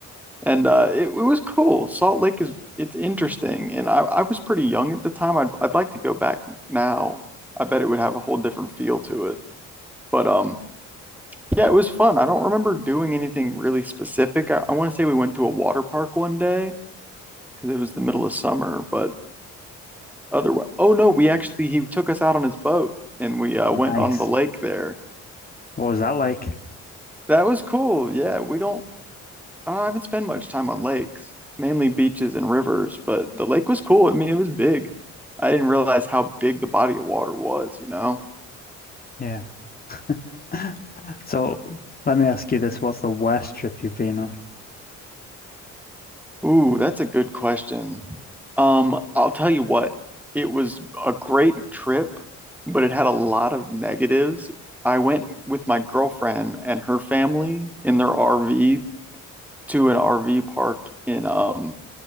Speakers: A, in the centre; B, on the left.
A: And uh, it, it was cool. Salt Lake is it's interesting. And I, I was pretty young at the time. I'd I'd like to go back now. I bet it would have a whole different feel to it. But um yeah, it was fun. I don't remember doing anything really specific. I, I want to say we went to a water park one day because it was the middle of summer. But otherwise, oh no, we actually he took us out on his boat and we uh, went
B: Nice.
A: on the lake there.
B: What was that like?
A: That was cool. Yeah, we don't. I haven't spent much time on lakes, mainly beaches and rivers. But the lake was cool. I mean, it was big. I didn't realize how big the body of water was, you know?
B: Yeah. <laughs> So let me ask you this. What's the worst trip you've been on?
A: Ooh, that's a good question. Um, I'll tell you what, it was a great trip, but it had a lot of negatives. I went with my girlfriend and her family in their RV to an RV park in um